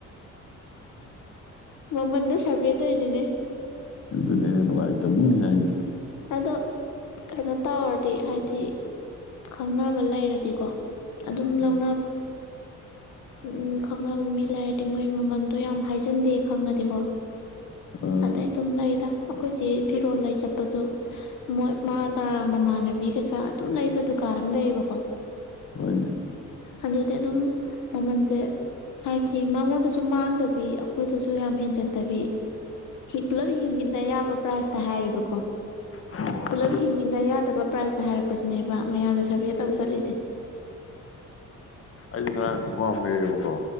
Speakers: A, on the left; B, on the left.
A: ꯃꯃꯟꯗ ꯁꯕꯦ ꯇ ꯏꯅꯤꯅꯦ
B: ꯑꯗꯨꯅ ꯍꯦꯟꯅ ꯅꯨꯡꯉꯥꯏꯇꯕꯅꯤ ꯍꯥꯏꯁꯦ
A: ꯑꯗꯣ ꯀꯩꯅꯣ ꯇꯧꯔꯗꯤ ꯍꯥꯏꯗꯤ ꯈꯪꯅ ꯣ ꯑꯗꯨ
B: ꯎꯝ
A: ꯂꯧ ꯎ ꯈꯪ ꯃꯤ ꯂꯩꯔꯗꯤ ꯃꯣꯏ ꯃꯃꯟꯗꯣ ꯌꯥꯝ ꯍꯥꯏꯖꯤꯟꯗꯦ ꯈꯪꯉꯗꯤꯀꯣ
B: ꯑꯥ
A: ꯑꯗꯩ ꯑꯗꯨꯝ ꯂꯩꯗ ꯑꯩꯈꯣꯏꯁꯦ ꯐꯤꯔꯣꯜ ꯂꯩ ꯆꯠꯄꯗꯨ ꯃꯣꯏ ꯃꯥꯒ ꯃꯃꯥꯟꯅꯕꯤ ꯀꯩꯀ ꯑꯗꯨꯝ ꯂꯩꯕꯗꯨ ꯀꯥꯔ ꯑꯃ ꯂꯩꯌꯦꯕꯀꯣ
B: ꯍꯣꯏꯅꯦ
A: ꯑꯗꯨꯗꯤ ꯑꯗꯨꯝ ꯃꯃꯜꯁꯦ ꯍꯥꯏꯊꯤ ꯃꯉꯣꯟꯗꯁꯨ ꯃꯥꯡꯗꯕ ꯑꯩꯈꯣꯏꯗꯁꯨ ꯌꯥꯝ ꯍꯦꯟꯖꯤꯟꯗꯕꯤ ꯄꯨꯂꯞ ꯍꯤꯡꯃꯤꯟꯅ ꯌꯥꯕ ꯄ꯭ꯔꯥꯏꯖꯇ ꯍꯥꯏꯌꯦꯕꯀꯣ
B: ꯑꯣ
A: ꯄꯨꯂꯞ
B: ꯑꯗꯨ
A: ꯍꯤꯡꯃꯤꯟꯅ ꯌꯥꯗꯕ ꯄ꯭ꯔꯥꯏꯖ ꯍꯥꯏꯔꯛꯄꯁꯤꯅꯦꯕ ꯃꯌꯥꯝꯅ ꯁꯔꯚꯦ ꯇꯧ ꯆꯠꯂꯤꯁꯦ
B: ꯑꯩꯁꯨ ꯉꯔꯥꯡ ꯈꯣꯡꯒꯥꯎꯝ ꯂꯩꯑꯦꯕꯀꯣ